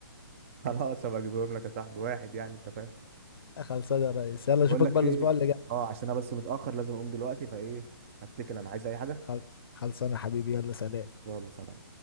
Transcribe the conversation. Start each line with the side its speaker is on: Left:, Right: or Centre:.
Right: خلاص هبقى اجيبهم لك يا صاحبي واحد يعني انت فاهم
Left: <laughs> خلصانه يا ريس يلا
Right: بقول
Left: اشوفك
Right: لك
Left: بقى
Right: ايه
Left: الاسبوع اللي جاي
Right: اه عشان انا بس متاخر لازم اقوم دلوقتي فايه هتكل انا عايز اي حاجه
Left: خل... خلصانه يا حبيبي يلا سلام
Right: يلا سلام